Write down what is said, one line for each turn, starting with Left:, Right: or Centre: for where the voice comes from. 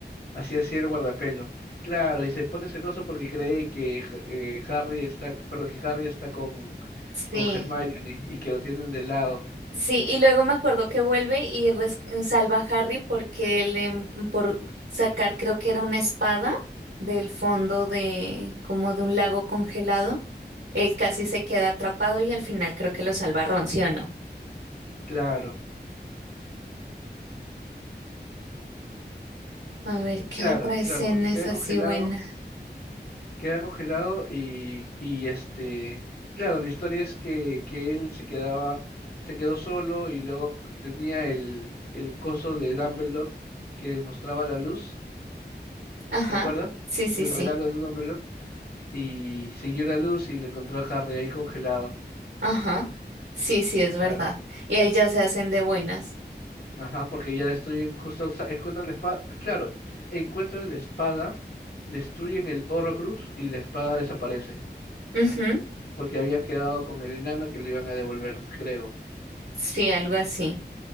Left: Así hacía el guardapelo. Claro, y se pone celoso porque cree que Ja- eh, Harry está, perdón, que Harry está con,
Right: Sí.
Left: con Hermione y que lo tienen de lado.
Right: Sí, y luego me acuerdo que vuelve y res- salva a Harry porque él, em, por sacar, creo que era una espada del fondo de, como de un lago congelado, él casi se queda atrapado y al final creo que lo salva Ron, ¿sí o no?
Left: Claro,
Right: A ver, ¿qué
Left: claro,
Right: otra escena
Left: claro, porque se
Right: es
Left: queda
Right: así
Left: congelado,
Right: buena?
Left: queda congelado y, y este, claro, la historia es que, que él se quedaba, se quedó solo y luego tenía el, el coso de Dumbledore que mostraba la luz,
Right: Ajá,
Left: ¿te acuerdas?
Right: sí, sí,
Left: El
Right: sí,
Left: regalo de Dumbledore y siguió la luz y le encontró a Harry ahí congelado.
Right: ajá, sí, sí, es
Left: Claro.
Right: verdad. Y ahí ya se hacen de buenas.
Left: Ajá, porque ya destruyen justo, o encuentran la espada. Claro, encuentran la espada, destruyen el Horrocrux y la espada desaparece.
Right: Ujú,
Left: Porque habían quedado con el enano que le iban a devolver, creo.
Right: sí, algo así.